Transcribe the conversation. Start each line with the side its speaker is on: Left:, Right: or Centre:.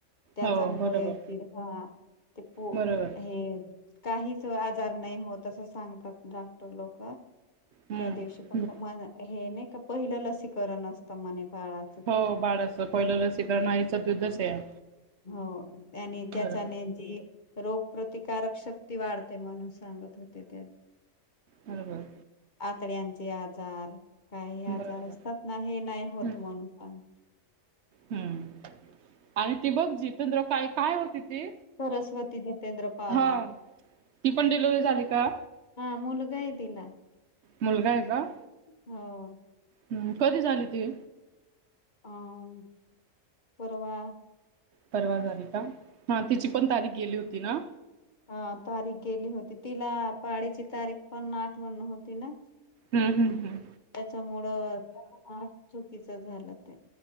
Left: त्याच्यामुळे
Right: हो बरोबर
Left: हा ते प
Right: बरोबर
Left: हे. काहीच आजार नाही होत असं सांगतात डॉक्टर लोक.
Right: हम्म
Left: त्या दिवशी हे नाही का पहिलं लसीकरण असतं म्हणे बाळात.
Right: हो बाळच पहिलं लसीकरण आईचं दुधच आहे.
Left: हो आणि त्याचाने
Right: बरोबर
Left: जे रोगप्रतिकारक शक्ती वाढते म्हणून सांगत होते ते.
Right: हा बाई.
Left: आतड्यांचे आजार काही
Right: बरोबर
Left: आजार असतात ना हे नाही होत
Right: हम्म
Left: म्हणतात.
Right: हम्म, आणि ती बघ जिदेंत्र काय-काय होती ती.
Left: सरस्वती जितेंद्र पावरा
Right: हा, ती पण डिलिवरी झाली का?
Left: हा मुलगा आहे तिला.
Right: मुलगा आहे काय?
Left: हो.
Right: ह कधी झाली ती?
Left: अ. परवा.
Right: परवा झाली का हा तीची पण तारीख गेली होती ना?
Left: हां तारीख गेली होती तिला पाळीची तारीख पण आठवत नव्हती ना.
Right: हा हां हम्म
Left: त्याच्यामुळं <unintelligible> चुकीचं झालं ते.